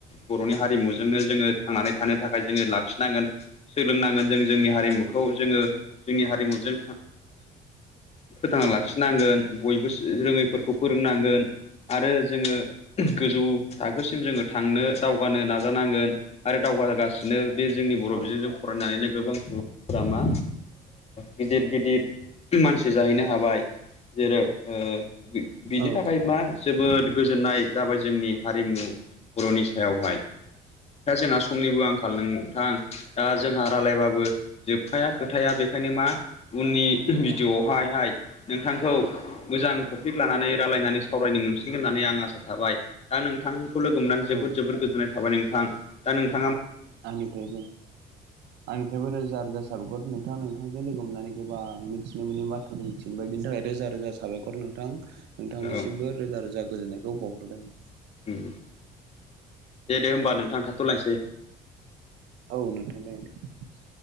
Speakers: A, on the left; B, on the right.
A: बर'नि हारिमुजोंनो जोङो थांनानै थानो थाखाय जोङो लाखिनांगोन सोलोंनांगोन जों जोंनि हारि हारिमुखौ जोङो जोंनि हारिमुजों फोथांना लाखिनांगोन बयबो रोङैफोरखौ फोरोंनांगोन आरो जोङो गोजौ थाखोसिम जोङो थांनो दावगानो नाजानांगोन आरो दाव जौगासिनो बे जोंनि बर'
B: औ नोंथां
A: बिजोंजों फरायनानैनो गोबां सुबुं लामा गिदिर गि गिदिर मानसि जाहैनो हाबाय जेराव ओ बि-बिनि
B: औ
A: थाखाय मा जोबोद गोजोननाय जाबाय जोंनि हारिमु बर'नि सायावहाय दा जोंहा समनिबो आंखाल नोंथां दा जोंहा रायलायबाबो जोबखाया खोथाया बे खायनो मा उननि भिडिअ
B: औ
A: हायहाय नोंथां खौ मोजां टपिक लानानै रायलायनानै सावरायनो मोनसिगोन होननानै आं आसा थाबाय। दा नोंथांखौ लोगो मोननानै जोबोद
B: औ
A: जोबोद
B: औ
A: गोजोननाय थाबाय नोंथां। दा नोंथा
B: आंनिफ्रायबो आंनिफ्रायबो रोजा रोजा साबायकर नोंथाङा नोंथां लोगो मोननानै गोबां मिथिनो मोनि बाथ्राखौ मिथिनो मोनबाय बिनि थाखाय रोजा रोजा साबायखर नोंथां। नोंथांनिसिमबो
A: औ
B: रोजा रोजा गोजोनायखौ बावहरबाय नोंथां।
A: उम दे दे होमबा नोंथां थाथ'लायसै।
B: औ नोंथां जागोन दे।